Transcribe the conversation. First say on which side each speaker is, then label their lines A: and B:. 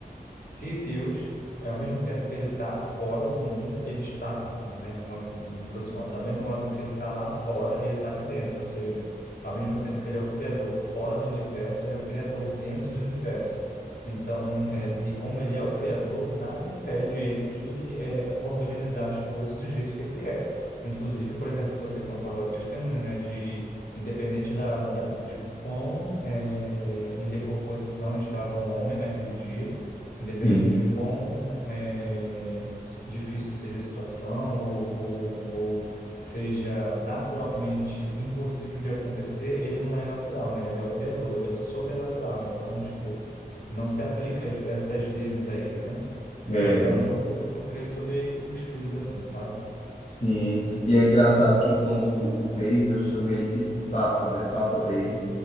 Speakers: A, on the left (about 75°); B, on the left (about 50°).
A: que Deus, é, ao mesmo tempo que ele está fora do mundo, ele está, assim, né, de uma, um um grosso modo, da mesma modo que ele está lá fora, ele está aqui dentro. Ou seja, ao mesmo tempo que ele é o criador fora do universo, ele é um criador dentro do universo. Então, é, e como ele é o criador, nada impede ele de é, organizar as coisas do jeito que ele quer. Inclusive, por exemplo, você contou agora o testemunho, né, de independente da, da- de quão é, em decomposição estava o homem naquele dia, Independente
B: sim,
A: de quão eh, difícil seja a situação ou, ou, ou seja naturalmente impossível de acontecer, ele não é natural, né? Ele é o criador, ele é o sobrenatural. Então, tipo, não se aplica as- essas leis a ele, né? Então,
B: é,
A: é a mesma coisa que eu creio sobre os filhos, assim, sabe?
B: sim. E é engraçado que quando o Dave, eu chamo ele de Papa, né? Papa Dave,